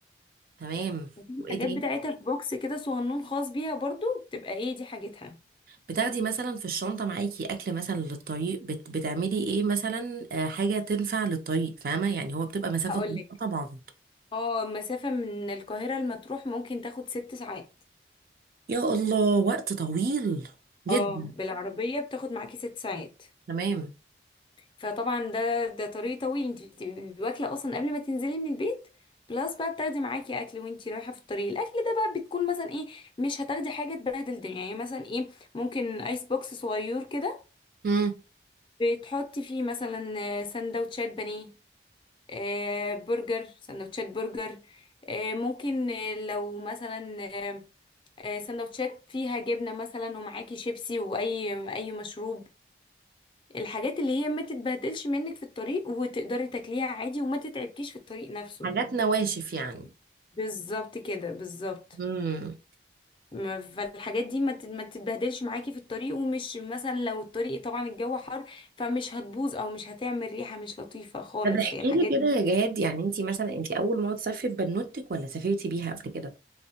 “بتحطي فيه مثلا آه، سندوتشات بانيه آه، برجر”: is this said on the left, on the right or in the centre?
Left